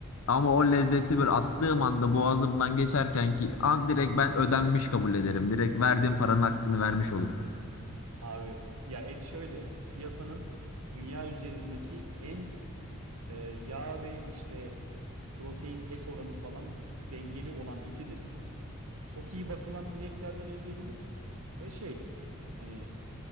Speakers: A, on the left; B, on the right.
A: ama o lezzeti böyle attığım anda boğazımdan geçerken ki an direkt ben ödenmiş kabul ederim. Direkt verdiğim paranın hakkını vermiş olur.
B: Abi ya et şöyle piyasanın dünya üzerindeki en e, yağ ve işte protein et oranı falan dengeli olan etidir. Çok iyi bakılan ineklerden elde edilir ve şey hani